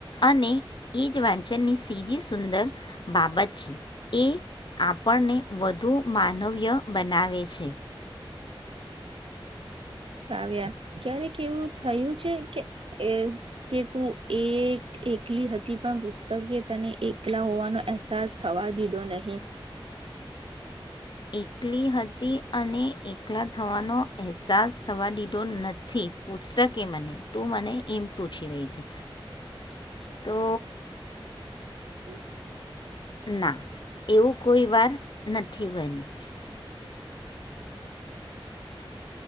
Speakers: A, on the left; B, on the right.
A: અને એ જ વાંચનની સીધી સુંદર બાબત છે, એ આપણને વધુ માનવીય બનાવે છે.
B: આવાવ્યા ક્યારેક એવું થયું છે, કે કે તું એ <unintelligible> એકલી હતી પણ પુસ્તકે તને એકલા હોવાનો અહેસાસ થવા દીધો નહી.
A: એકલી હતી અને એકલા થવાનો અહેસાસ થવા દીધો નથી પૂછતકે મને તું મને એમ પૂછી રહી છે.
B: <inaudible>
A: તો ના એવું કોઈ વાર નથી બન્યું.